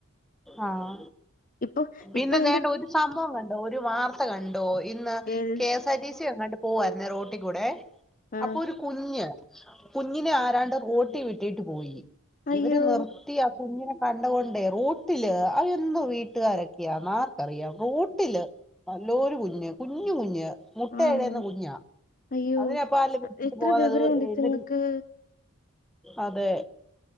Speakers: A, in the centre; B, on the left.
A: ആഹ
B: ഇപ്പൊ
A: പിന്നെ
B: ഇപ്പൊ
A: േ ദണ്ട്ദഒരു
B: എന്റെ
A: സംഭവം വേന്ന ഒരു വാർത്ത കണ്ട <unintelligible> ഇന്ന്
B: ഏത്
A: കെ എസ് ആർടി സി എങ്ങാണ്ട് പോ പോവായിരുന്നേ റോട്ടി കൂടെ
B: ആ
A: അപ്പൊ ഒരു കുഞ്ഞ് കുഞ്ഞിനെ ആരാണ്ട് റോട്ടി വിട്ടിട്ട് പോയി
B: അയ്യോ
A: ഇവര് നിർത്തിയാ കുഞ്ഞിനെ കണ്ട്കൊണ്ടേ റോട്ട് ട്ടില് അ എന്നോ വീട്ടുകാരൊക്ക്യാന്നാർക്കറിയാം റൂട്ടില് നല്ലോരു കുഞ്ഞ് കുഞ്ഞ് കുഞ്ഞ് മുട്ട
B: ആണോ
A: എഴന്ന കുഞ്ഞാ
B: അയ്യോ
A: അതിനെപ്പ <unintelligible>
B: എത്ര വിവരമുണ്ട് ഇതുങ്ങക്ക്
A: അതെ